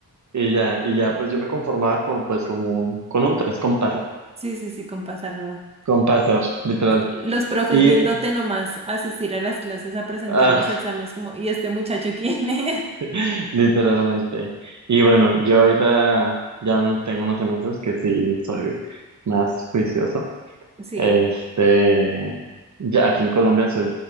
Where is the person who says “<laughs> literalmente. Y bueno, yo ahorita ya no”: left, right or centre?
Right